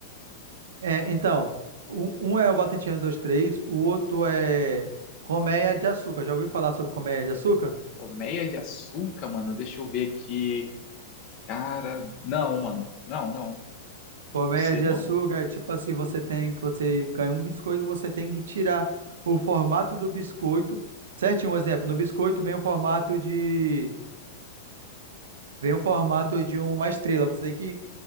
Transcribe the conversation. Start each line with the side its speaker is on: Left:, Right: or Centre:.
Right: É, então, um, um é o Batatinha 2 três, o outro é Colmeia de Açúcar. Já ouviu falar sobre Colmeia de Açúcar?
Left: Colmeia de açúcar, mano, deixa eu ver aqui. Cara, não, mano. Não, não.
Right: Colmeia
Left: Sei
Right: de
Left: não.
Right: açúcar, é tipo assim, você tem que você ganha um biscoito, você tem que tirar o formato do biscoito. Certinho, um exemplo, no biscoito vem o formato de vem o formato de uma estrela. Você tem que